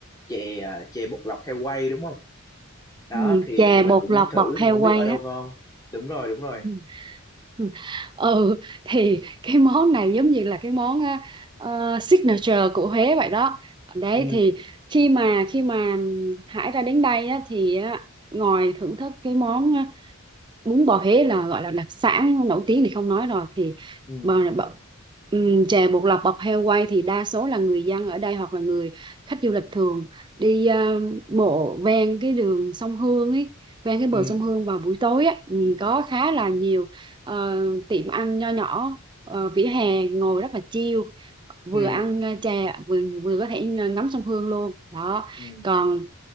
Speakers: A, on the left; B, on the right.
A: chè à, chè bột lọc heo quay đúng không đó
B: ừ,
A: thì
B: chè
A: thì mình
B: bột
A: cũng
B: lọc
A: muốn thử
B: bọc
A: thì
B: heo
A: không
B: quay
A: biết ở đâu
B: á
A: ngon đúng rồi đúng rồi
B: ừ. ừ Ừ, thì cái món này giống như là cái món á, ờ, signature của Huế vậy đó đấy
A: ừ
B: thì khi mà khi mà Hải ra đến đây á, thì á, ngồi thưởng thức cái món bún bò Huế là gọi là đặc sản nổi tiếng thì không nói rồi thì
A: ừ
B: bò bọ- ừm, chè bột lọc bọc heo quay thì đa số là người dân ở đây hoặc là người khách du lịch thường đi ờ, bộ ven cái đường sông Hương ấy ven cái bờ
A: ừ
B: sông Hương vào buổi tối á ừm, có khá là nhiều ờ, tiệm ăn nho nhỏ ờ, vỉa hè ngồi rất là chill vừa
A: ừ
B: ăn ờ, chè vừa vừa có thể ờ, ngắm sông Hương luôn đó
A: ừ
B: còn